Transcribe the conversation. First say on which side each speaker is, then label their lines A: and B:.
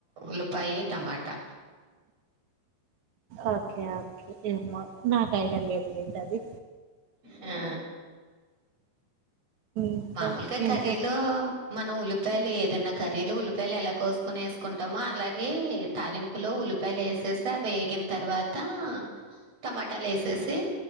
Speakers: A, on the right; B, on the right.
A: ఉల్లిపాయి టమాటా
B: ఓకే ఓకే ఏమో నాకు ఐడియా లేదు లేండి అది
A: ఆ
B: ఇంకా
A: మామూలుగా
B: ఏం
A: కర్రీలో
B: చేస్తా
A: మనం ఉల్లి ఉల్లిపాయలు ఏదైన్నా కర్రీలు ఉల్లిపాయలు ఎలా కోసుకుని వేసుకుంటామో అలాగే తాలింపులో ఉల్లిపాయలు వేసి చేస బేగిన తర్వాత టమాటాలు వేసేసి